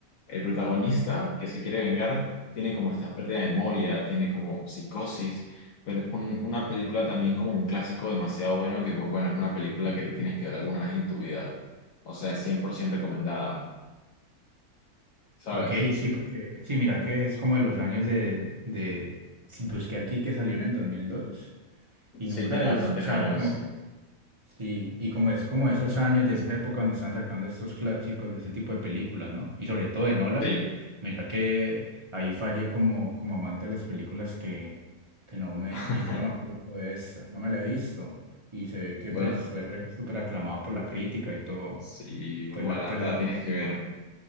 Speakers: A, on the left (about 70°); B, on the right (about 45°).
A: el protagonista que se quiere vengar tiene como esta pérdida de memoria, tiene como psicosis, pero es un- una película también como un clásico demasiado bueno que pues bueno, es una película que te tienes que ver alguna vez en tu vida. O sea, es 100% recomendada, ¿sabes?
B: Ok, sí, porque... Sí, mira que es como de los años de... de sí, busqué aquí que salió en el 2002 y
A: Sí,
B: nunca
A: tiene
B: había...
A: bastantes
B: O sea,
A: años.
B: como que... Sí, y como es como esos años de esa época donde estaban sacando estos clásicos de ese tipo de películas, ¿no? Y sobre todo de Nolan,
A: Sí.
B: mira que ahí fallé como, como amante de las películas que, que no me,
A: <laughs>
B: ni siquiera me acuerdo de esta, no me la he visto. Y se ve que
A: Bueno,
B: pues fue re- súper aclamada por la crítica y todo.
A: sí, muy
B: Pues
A: buena.
B: la, pues
A: Te
B: la,
A: la tienes que ver.